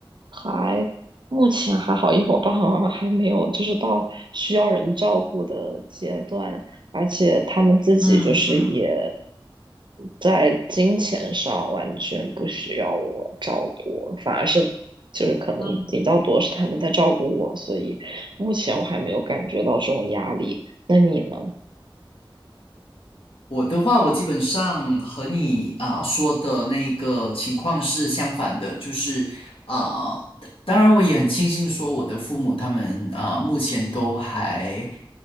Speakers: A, on the right; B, on the left.
A: 还目前还好，因为我爸爸妈妈还没有就是到需要人照顾的阶段，而且他们自己就是也
B: 嗯嗯
A: 在金钱上完全不需要我照顾，反而是就是可能比较多是他们在照顾我，
B: 嗯。
A: 所以目前我还没有感觉到这种压力。那你呢？
B: 我的话，我基本上和你啊、说的那一个情况是相反的，就是啊、当然我也很庆幸说我的父母他们啊、目前都还